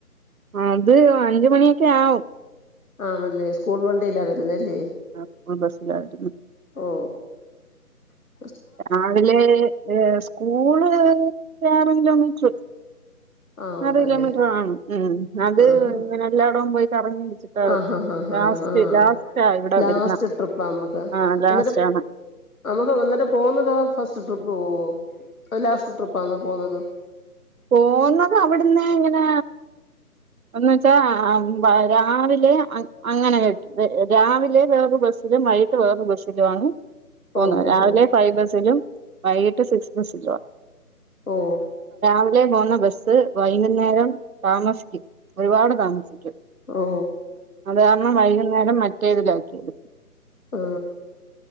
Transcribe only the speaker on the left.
ആണല്ലേ സ്കൂൾ വണ്ടല്ല വരുന്നല്ലേ
ഓ ഉ
ആ ഉണ്ടല്ലേ
ആഹാ
ആഹാ ഹാ ഹാ
ആ
ലാസ്റ്റ്
ട്രിപ്പാ നമ്മക്ക്
എന്നിട്ട്
നമുക്ക് വന്നിട്ട് പോന്നതാ ഫസ്റ്റ് ട്രിപ്പ് പോവോ അ ലാസ്റ്റ് ട്രിപ്പാന്ന പോുന്നത്
ഓ ഹോ
ഹോ
ഓ
ഓ
ആ